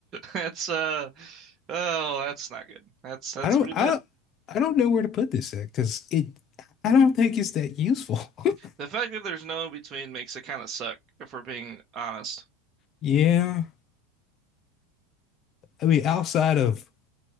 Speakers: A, on the right; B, on the left.
A: That's uh oh, that's not good. That's that's
B: don't,
A: pretty
B: I
A: bad.
B: don't, I don't know where to put this at because it, I don't think it's that useful. <laughs>
A: The fact that there's no in between makes it kind of suck, if we're being honest.
B: Yeah. I mean, outside of